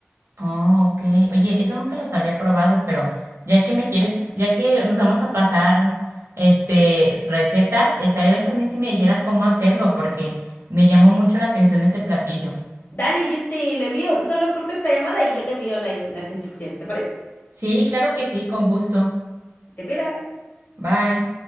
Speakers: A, on the right; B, on the left.
A: Oh, ok. Oye, eso nunca los había probado, pero ya que me quieres, ya que nos vamos a pasar este recetas, estaría bien también si me dijeras cómo hacerlo, porque me llamó mucho la atención ese platillo.
B: Dale, yo te lo envío. Solo corto esta llamada y yo te envío la- las instrucciones, ¿te parece?
A: Sí, claro que sí, con gusto.
B: Te cuidas.
A: Bye.